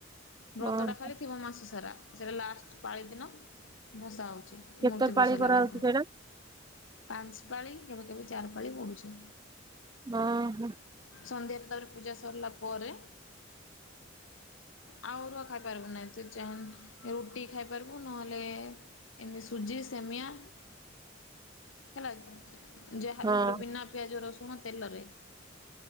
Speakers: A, on the left (about 75°); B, on the right (about 20°).
A: ବ୍ରତଟା
B: ହଁ
A: ଖାଲି ଥିବା ମାସ ସାରା ସେଟା ଲାଷ୍ଟ ପାଳି ଦିନ ଭସା ହଉଛି।
B: କେତେ
A: ମୂର୍ତ୍ତି
B: ପାଳି
A: ବସେଇଲା
B: କରାହଉଛି
A: ବେଳକୁ।
B: ସେଇଟା
A: ପାଞ୍ଚ ପାଳି କେବେ କେବେ ଚାରି ପାଳି ପଡୁଛି।
B: ହଁ ହଁ
A: ସନ୍ଧ୍ୟାରେ ତାପରେ ପୂଜା ସରିଲା ପରେ। ଆଉ ଅରୁଆ ଖାଇ ପାରିବୁ ନାହିଁ ତୁ ଚା ରୁଟି ଖାଇପାରିବୁ ନହେଲେ ଏମତି ସୁଜି ସେମିଆ ହେଲା ଯାହାବି
B: ହଁ
A: ଗୋଟେ ବିନା ପିଆଜ ରସୁଣ ତେଲରେ।